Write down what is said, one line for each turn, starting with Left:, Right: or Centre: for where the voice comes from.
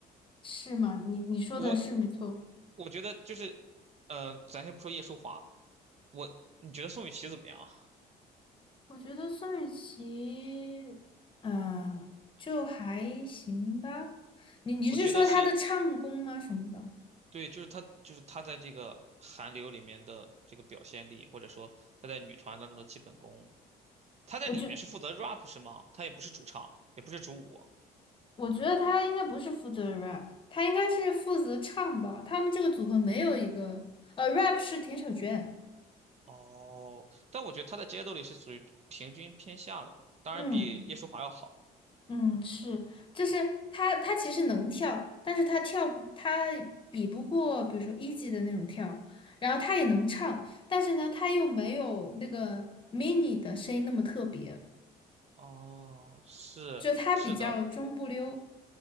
Left: 是吗？你你说的是没错。
Right: 我我我觉得就是，呃，咱先不说叶舒华，我你觉得宋雨琦怎么样啊？
Left: 我觉得宋雨琦，嗯，就还行吧。你你是说她的唱功吗？
Right: 我觉得是
Left: 什么的？
Right: 对，就是她就是她在这个韩流里面的这个表现力，或者说她在女团当中的基本功，她在里面是负责
Left: 我就。
Right: rap 是吗？她也不是主唱，也不是主舞。
Left: 我觉得他应该不是负责 rap，他应该是负责唱吧。他们这个组合没有一个，呃，rap 是田小娟。
Right: 哦，但我觉得他在职业斗里是属于平均偏下的，当然比叶舒华要好。
Left: 嗯嗯，是，就是他，他其实能跳，但是他跳不，他比不过，比如说一级的那种跳，然后他也能唱，但是呢，他又没有那个 mini 的声音那么特别，
Right: 哦，是是的，
Left: 就他比较中不溜。